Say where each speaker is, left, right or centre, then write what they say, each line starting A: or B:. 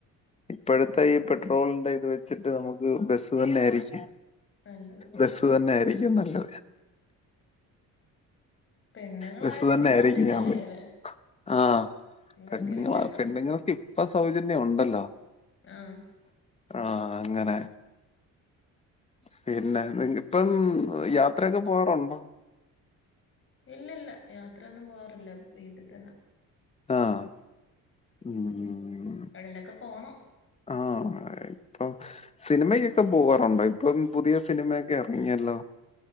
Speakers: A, on the left; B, on the left.
A: ഇപ്പോഴത്തെ ഈ പെട്രോളിന്റെ ഇത് വെച്ചിട്ട് നമുക്ക് ബസ്സ് തന്നെയായിരിക്കും
B: നല്ലത്
A: ബസ് തന്നെയായിരിക്കും നല്ലത്.
B: പെണ്ണുങ്ങളായിരുന്നെങ്കി
A: ബസ്സ് തന്നെയായിരിക്കും
B: സൗജന്യം
A: ഞാൻ
B: ആയേനെ
A: വിളി ആ
B: നിങ്ങക്കും
A: പെണ്ണുങ്ങള
B: ഇല്ലല്ലോ
A: പെണ്ണുങ്ങൾക്ക് ഇപ്പൊ സൗജന്യം ഒണ്ടല്ലോ.
B: ആഹ്
A: ആ അങ്ങനെ പിന്നെ നിങ്ങക്കിപ്പം യാത്രൊയൊക്കെ പോവാറുണ്ടോ?
B: ഇല്ലില്ല യാത്രയൊന്നും പോവാറില്ല വീട്ടിത്തന്നെ
A: ആഹ് മ്മ്...
B: എവിടേലൊക്കെ പോണം
A: ആ... ഇപ്പൊ സിനിമയ്ക്കൊക്കെ പോവാറുണ്ടോ ഇപ്പം പുതിയ സിനിമയൊക്കെ ഇറങ്ങിയല്ലോ